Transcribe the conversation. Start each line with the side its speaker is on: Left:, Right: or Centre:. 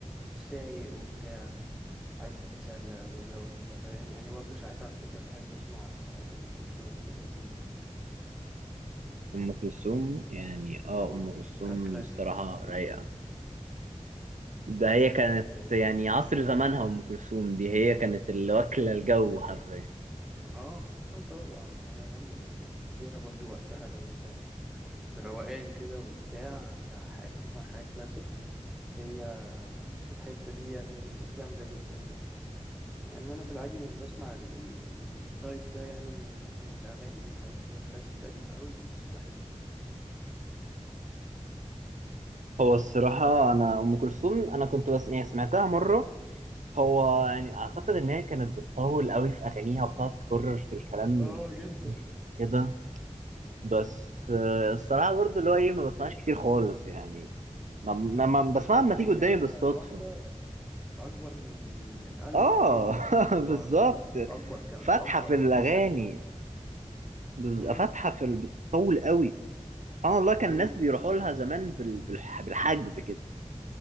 Centre: سايق وبتاع عايز تتسلى غير لو انت فاهم يعني برضو ساعات على فكرة بحب اسمع ساعات ام كلثوم في القديم
Right: ام كلثوم يعني اه
Centre: اه
Right: ام كلثوم
Centre: ككلاسيك
Right: الصراحه
Centre: وكده
Right: رايقه
Centre: و...
Right: ده هي كانت
Centre: يعني
Right: يعني عصر زمانها ام كلثوم دي هي كانت اللي واكله الجو حرفيا
Centre: اه طبعا هي جامدة جدا ليها برضو وقتها لو انت روقان كده وبتاع ك- عايز تسمع حاجة كلاسيك هي في الحتة دي يعني جامدة جدا يعني مع ان انا في العادي مش بسمع ال- ال- ال- التايب ده يعني من من الاغاني حاجات اللي هي كلاسيك القديمة قوي بس بحب
Right: هو الصراحة أنا أم كلثوم أنا كنت بس يعني سمعتها مرة هو يعني أعتقد إن هي كانت بتطول قوي في أغانيها وبتقعد تكرر في الكلام
Centre: اه
Right: كتير
Centre: جدا
Right: كده بس آه، الصراحة برضو اللي هو إيه ما بسمعش كتير خالص يعني ما, ما, ما بسمعها
Centre: الأغنية
Right: لما تيجي قدامي بالصدفة
Centre: الواحدة اكبر من من البوم
Right: آه
Centre: كامل
Right: <laughs>
Centre: بتوع
Right: بالظبط
Centre: دلوقتي اكبر كم
Right: فاتحة
Centre: اكبر
Right: في
Centre: يعني
Right: الأغاني
Centre: مش قده
Right: بز-
Centre: امم
Right: فاتحة في ال- بتطول قوي اه والله كان
Centre: امم
Right: الناس بيروحوا لها زمان بال- بالح- بالحجز كده